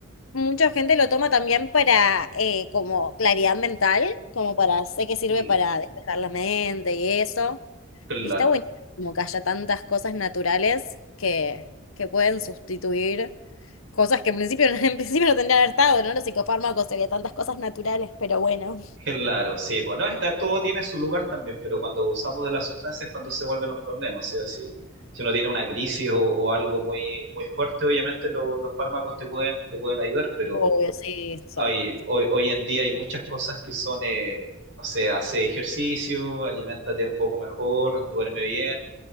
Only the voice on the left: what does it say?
Mucha gente lo toma también para eh, como claridad mental, como para, sé que sirve
para despejar la mente y eso.
Y está bueno como que haya tantas cosas naturales que, que pueden sustituir cosas que en principio, <laughs> en principio no tendrían que haber estado, ¿no? Los psicofármacos serían tantas cosas naturales, pero bueno.
Obvio, sí, Samantha.